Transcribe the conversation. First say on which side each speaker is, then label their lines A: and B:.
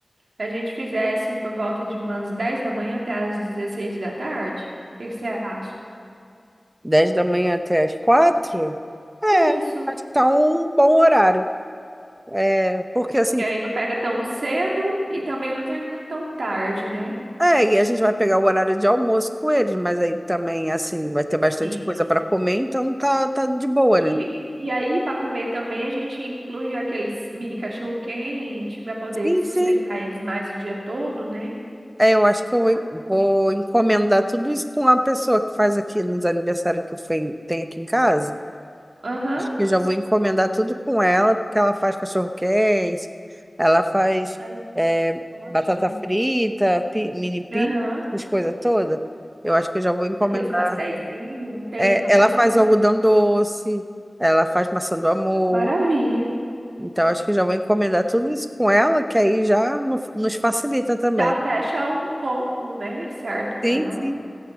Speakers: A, on the right; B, on the right.
A: Se a gente fizesse por volta de umas 10 da manhã até as 16 da tarde, o que que você acha?
B: dez da manhã até as quatro É,
A: Isso.
B: acho que tá um bom horário. É, porque assim,
A: Que aí não pega tão cedo e também não termina tão tarde, né?
B: é, e a gente vai pegar o horário de almoço com eles, mas aí também, assim, vai ter bastante
A: Sim.
B: coisa para comer, então tá, tá de boa,
A: E,
B: né?
A: e aí, para comer também, a gente inclui aqueles mini cachorro-quente para poder
B: Sim,
A: sustentar
B: sim.
A: eles mais o dia todo, né?
B: É, eu acho que eu vou
A: Claro
B: en-
A: que também.
B: vou encomendar tudo isso com uma pessoa que faz aqui nos aniversários que eu fe- tenho aqui em casa.
A: Aham,
B: Acho que eu já vou encomendar tudo com ela, porque ela faz cachorro-quente, ela faz
A: Aí,
B: é,
A: ótimo.
B: batata frita, pi- mini pizza,
A: aham.
B: essas coisas todas. Eu acho que eu já vou encomendar.
A: Aqueles pastéisinhos, tem
B: É,
A: também.
B: ela faz algodão doce, ela faz maçã do amor.
A: Maravilha.
B: Então, acho que eu já vou encomendar tudo isso com ela, que aí já no- nos facilita também.
A: Já fecha um combo, né? Certo com
B: Sim,
A: ela.
B: sim.